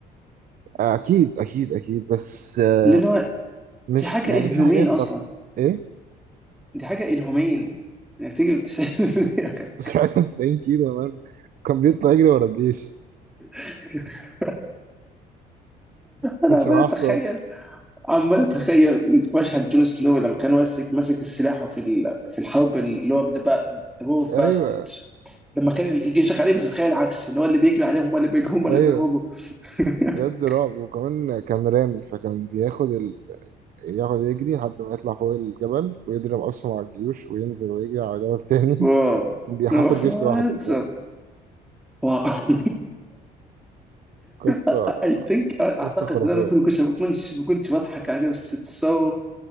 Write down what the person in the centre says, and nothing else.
لان هو
دي حاجه
انهمين
اصلا
دي حاجه انهمين انك تيجي بتسأل-
<laughs>
انا عمال
اتخيل
عمال اتخيل مشهد جون سنو لما كان ماسك ماسك السلاح في ال- في الحرب اللي هو ذا وور اوف
باستردز لما كان الجيش داخل عليه بس بتخيل العكس ان هو اللي بيجري عليهم هم اللي بيجوا هم
اللي بيهربوا <laughs>
واو
واو
that's-
a- واو
<laughs> I think اعتقد
ان انا المفروض كنت ما كنتش ما كنتش بضحك على كده بس it's so